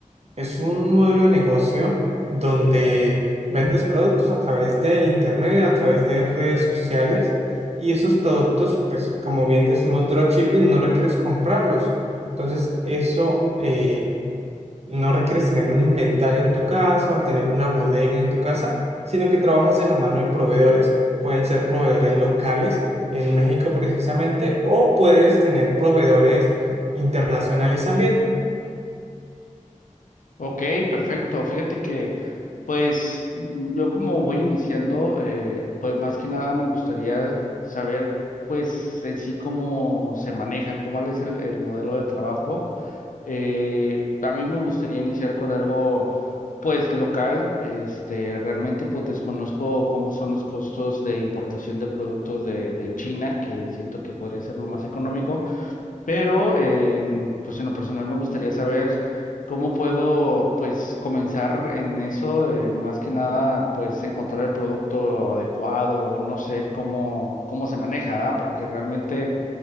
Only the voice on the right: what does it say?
Es un modelo de negocio donde vendes productos a través de internet, a través de redes sociales y esos productos, pues como bien decimos, dropshipping, no requieres comprarlos. Entonces, eso eh, no requieres tener un inventario en tu casa o tener una bodega en tu casa, sino que trabajas de la mano de proveedores. Pueden ser proveedores locales en México precisamente o puedes tener proveedores internacionales también.